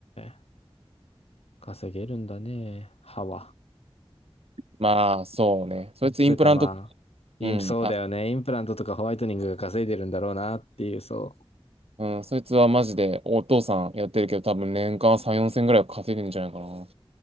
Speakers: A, on the left; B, on the right.
A: ー稼げるんだね、歯は。
B: まあ、そうね。そいつインプラント、
A: それかまあ、インプそうだよね。
B: うん、あ、
A: インプラントとかホワイトニングが稼いでるんだろうなっていう、そう。
B: うん、そいつはマジでお父さんやってるけど、多分年間3、4千ぐらいは稼いでるんじゃないかな。